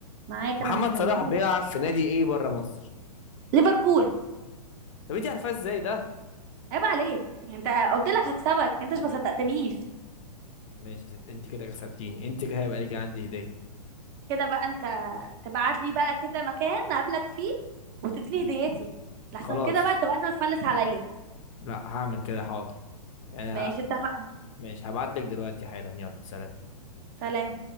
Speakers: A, on the right; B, on the left.
A: معاك
B: محمد
A: انا مستنياك
B: صلاح بيلعب في نادي ايه بره مصر
A: ليفربول
B: طب انت عارفاه ازاي ده
A: عيب عليك انت قلت لك هكسبك انت مش ما صدقتنيش
B: ماشي يا ست انت كده كسبتيني انت كده هيبقى ليكي عندي هدية
A: كده بقى انت تبعت لي بقى كده مكان نقابلك فيه وتديني هديتي لحسن
B: خلاص
A: كده بقى تبقى انت بتفلس عليا
B: لا هعمل كده حاضر يعني
A: ماشي
B: ه...
A: اتفقنا
B: ماشي هبعت لك دلوقتي حالا يلا سلام
A: سلام